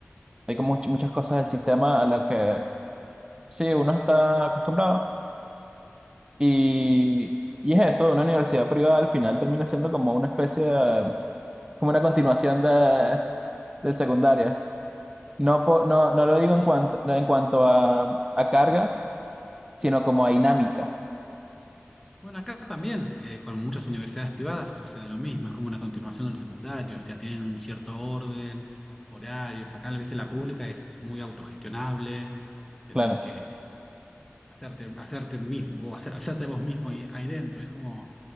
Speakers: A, on the right (about 20°); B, in the centre.
A: hay como much- muchas cosas del sistema a las que sí, uno está acostumbrado. Y, y es eso, una universidad privada al final termina siendo como una especie de, como una continuación de, del secundaria. No, po- no, no lo digo
B: Bueno,
A: en
B: y
A: cuanto, en cuanto a, a carga, sino como a dinámica.
B: Bueno, acá también, eh, con muchas universidades privadas sucede lo mismo, es como una continuación del secundario, o sea, tienen un cierto orden, horarios, acá, viste, la pública es muy autogestionable, tenés
A: Claro.
B: que hacerte, hacerte mismo, o hace- hacerte vos mismo ahí, ahí dentro, es como,